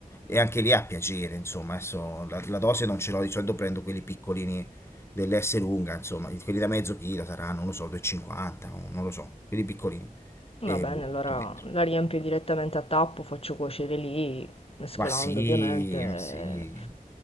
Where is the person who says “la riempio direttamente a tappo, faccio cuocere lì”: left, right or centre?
Left